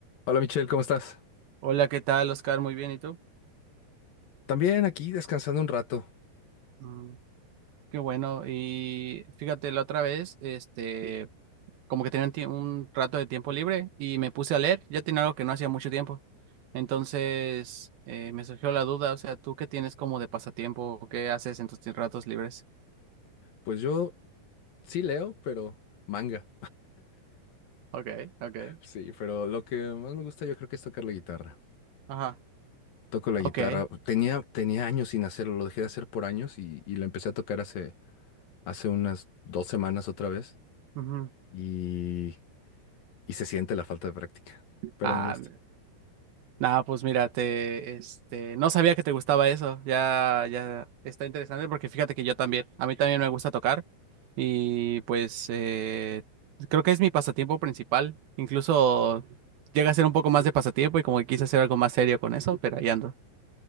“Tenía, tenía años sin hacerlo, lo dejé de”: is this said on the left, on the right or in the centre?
Left